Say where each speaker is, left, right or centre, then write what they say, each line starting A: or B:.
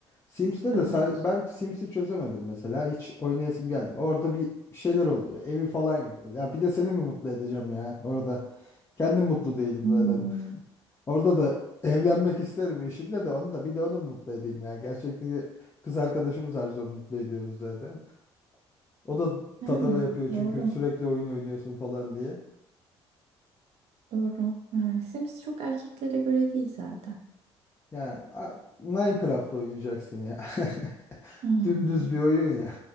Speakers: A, on the left; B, on the right.
A: Sims'te de
B: Evet.
A: sa- ben Sims'i çözemedim mesela. Hiç oynayasım geldi. Orada bir şeyler oluyor. Evi falan yapıyoruz. Ya bir de seni mi mutlu edeceğim ya orada? Kendim mutlu değilim
B: Hmm,
A: zaten. <laughs> Orada da evlenmek isterim eşimle de onu da bir de onu mu mutlu edeyim ya. Gerçekten kız arkadaşımız zar zor mutlu ediyoruz zaten. O da
B: yani
A: tatava yapıyor çünkü
B: doğru.
A: sürekli oyun oynuyorsun falan diye.
B: Doğru. Yani Sims çok erkeklere göre değil zaten.
A: Yani a- Minecraft oynayacaksın ya. <laughs>
B: Hmm,
A: Dümdüz bir oyun ya.